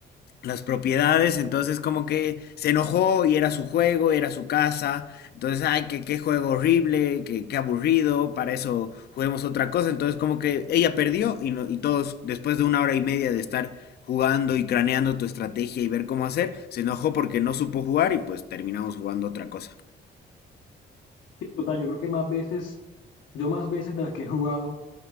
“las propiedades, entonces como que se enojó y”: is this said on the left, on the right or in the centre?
Left